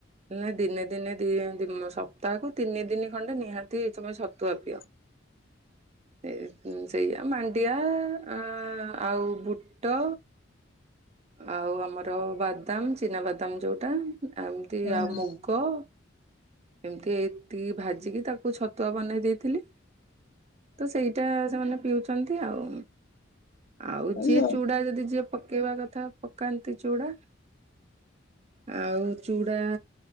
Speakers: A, on the right; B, on the left.
A: ନା ଦିନେ ଦିନେ ଦି ଦିନ୍ ସପ୍ତାହକୁ ତିନି ଦିନି ଖଣ୍ଡେ ନିହାତି ତମେ ଛତୁଆ ପିଅ।
B: <unintelligible>
A: ସେ ସେଇଆ ମାଣ୍ଡିଆ ଆ ଆଉ ବୁଟ। ଆଉ ଆମର ବାଦାମ ଚିନାବାଦାମ ଯୋଉଟା। ଏମିତି
B: ହଁ
A: ଆଉ ମୁଗ। ଏମିତି ଏତିକି ଭାଜିକି ତାକୁ ଛତୁଆ ବନେଇ ଦେଇଥିଲି। ତ ସେଇଟା ସେମାନେ ପିଉଛନ୍ତି ଆଉ ଆଉ
B: ହଁ
A: ଯିଏ ଚୁଡା ଯଦି ଯିଏ ପକେଇବା କଥା ପକାନ୍ତି ଚୁଡା। ଆଉ ଚୁଡା